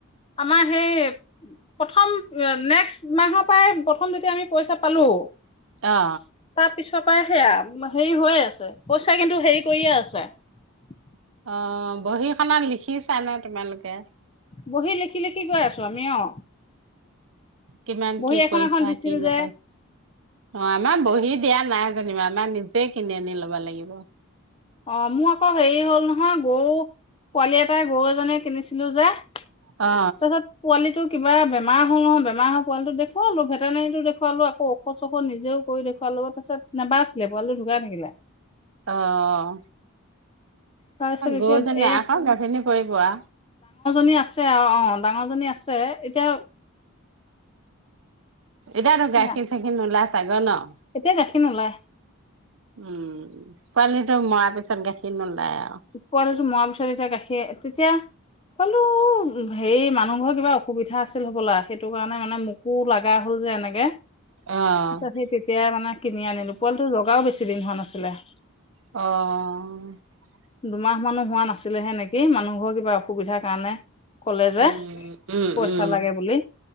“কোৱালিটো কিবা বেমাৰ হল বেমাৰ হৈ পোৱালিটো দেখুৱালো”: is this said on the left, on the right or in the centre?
Left